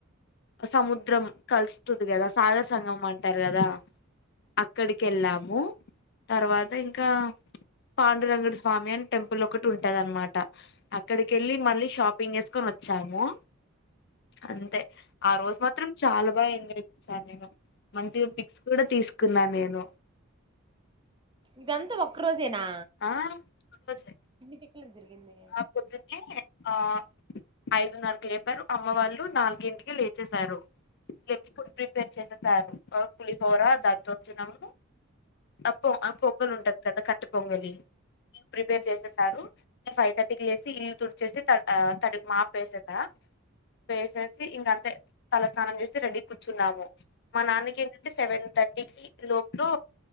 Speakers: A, on the left; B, on the right.
A: సముద్రం కలుస్తుంది కదా సాగర సంగమం అంటారు కదా అక్కడికి వెళ్ళాము తర్వాత ఇంకా పాండురంగడు స్వామి అని టెంపుల్ ఒకటి ఉంటుదనమాట ఇక్కడికి వెళ్ళి మళ్ళీ షాపింగ్ చేసుకొని వచ్చాము అంతే ఆ రోజు మాత్రం చాలా <unintelligible> మంచిగా పిక్స్ కూడా తీసుకున్నా నేను
B: ఇదంతా ఒక్క రోజేనా
A: ఆ రోజే
B: తిక్కులకు తిరిగింది
A: ఆ పొద్దున్నే ఆ ఐదున్నరకు లేపారు అమ్మ వాళ్ళు నాలుగింటికి లేచసారు లే ఫుడ్ ప్రిపేర్ చేసేస్తారు పులిహోర దద్దోజనం ఆ పొ ఆ పొంగలి ఉంటది కదా కట్టె పొంగలి ప్రిపేర్ చేసింటారు ఫైవ్ థర్టీకి లేసి ఇల్లు తుడిచేసి త తడి మాపేసేసా వేసేసి ఇంకంతే తలస్నానం చేసి రెడీగా కూర్చున్నాము మా నాన్నకి ఏంటంటే సెవెన్ థర్టీ లోపలో